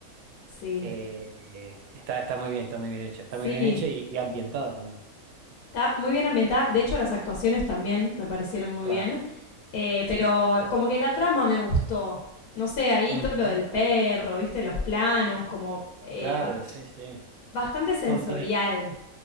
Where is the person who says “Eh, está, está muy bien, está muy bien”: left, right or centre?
Right